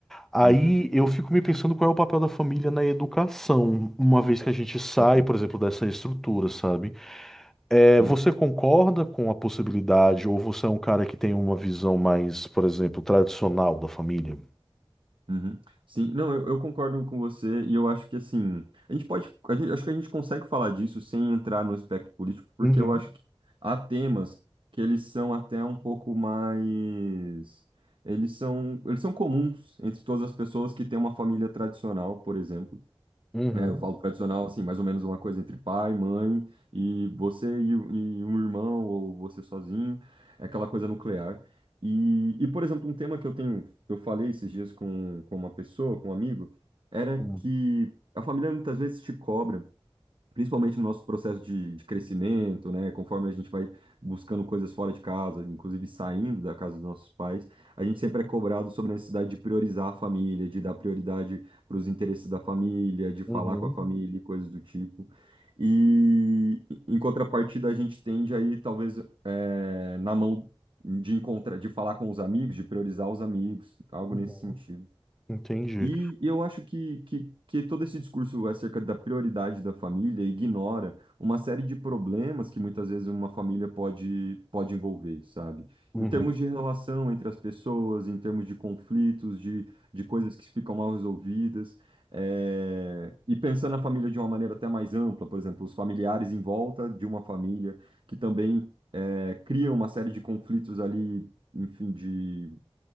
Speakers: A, in the centre; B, on the right.
A: Aí
B: uhum, uhum,
A: eu fico me pensando qual é o papel da família na educação, uma vez que a gente sai,
B: uhum.
A: por exemplo, dessa estrutura, sabe? É,
B: Sim.
A: Você concorda com a possibilidade, ou você é um cara que tem uma visão mais, por exemplo, tradicional da família?
B: Uhum. Sim, não, eu, eu concordo com você e eu acho que assim, a gente pode, a gente- acho que a gente consegue falar disso sem entrar no aspecto político, porque
A: Uhum,
B: eu acho que há temas que eles são até um pouco mais, eles são, eles são comuns entre todas as pessoas que têm uma família tradicional, por exemplo.
A: uhum,
B: É, eu falo tradicional, assim, mais ou menos uma coisa entre pai, mãe, e você e, o- e um irmão, ou você sozinho, é aquela coisa nuclear. E, e, por exemplo, um tema que eu tenho, eu falei esses dias com, com uma pessoa, com um amigo, era
A: uhum,
B: que a família muitas vezes te cobra principalmente no nosso processo de, de crescimento, né? Conforme a gente vai buscando coisas fora de casa, inclusive saindo da casa dos nossos pais, a gente sempre é cobrado sobre a necessidade de priorizar a família, de dar prioridade para os interesses da família, de falar
A: uhum,
B: com a família e coisas do tipo. E em contrapartida, a gente tende aí, talvez, eh, na mão de encontrar, de falar com os amigos, de priorizar os amigos, algo
A: uhum.
B: nesse sentido.
A: Entendi.
B: E eu acho que, que, que todo esse discurso acerca da prioridade da família ignora uma série de problemas que muitas vezes uma família pode, pode envolver, sabe?
A: Uhum,
B: Em termos de relação entre as pessoas, em termos de conflitos, de, de coisas que ficam mal resolvidas. eh, E pensando na família de uma maneira até mais ampla, por exemplo, os familiares em volta de uma família que também eh, criam uma série de conflitos ali, enfim, de